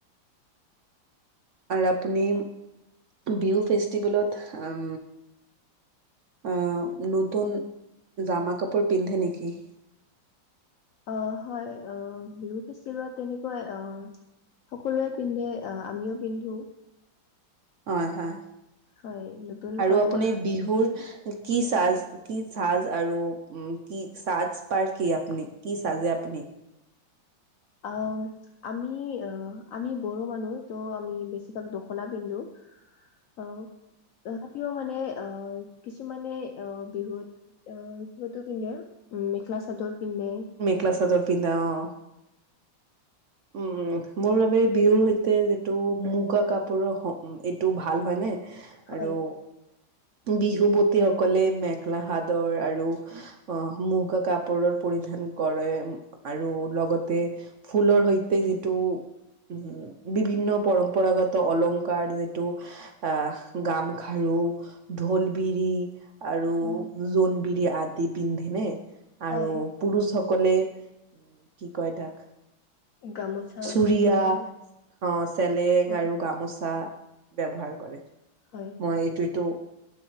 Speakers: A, on the right; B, on the left.
A: আৰু আপুনি বিহু ফেষ্টিভেলত উম আ, নতুন জামা কাপোৰ পিন্ধে নেকি?
B: অ', হয় আ বিহু ফেষ্টিভেলত তেনেকুৱাই অ' সকলোৱে পিন্ধে আহ আমিও পিন্ধো।
A: হয় হয়,
B: হয় নতুন
A: আৰু
B: কাপোৰ
A: আপুনি বিহুৰ কি চাজ কি চাজ আৰু কি সাজ পাৰ কি আপুনি কি চাজে আপুনি?
B: অ আমি অ আমি বড়ো মানুহ ত' আমি বেছিভাগ দখনা পিন্ধো। অ তথাপিও মানে আহ কিছুমানে অ বিহুত অ কিবাতো পিন্ধে উম মেখেলা চাদৰ পিন্ধে।
A: মেকেলা চাদৰ পিন্ধা অ। উম, মোৰ বাবে বিহুৰ সৈতে যিটো মুগা কাপোৰৰ এইটো ভাল হয় নে?
B: হয়
A: আৰু বিহু বতিসকলে মেখেলা হাদৰ আৰু অ মুগা কাপোৰৰ পৰিধান কৰে আৰু লগতে ফুলৰ সৈতে যিটো উ, বিভিন্ন পৰম্পৰাগত অলংকাৰ যিটো আহ, গামখাৰু ঢোলবিৰি আৰু
B: হয়
A: জোনবিৰি আদি পিন্ধেনে
B: হয়
A: আৰু পুৰুষসকলে কি কয় তাক
B: গামোচা
A: চুৰিয়া
B: পিন্ধে আৰু
A: অ চেলেং
B: অ
A: আৰু গামোচা ব্যৱহাৰ কৰে।
B: হয়।
A: মই এইটো এইটো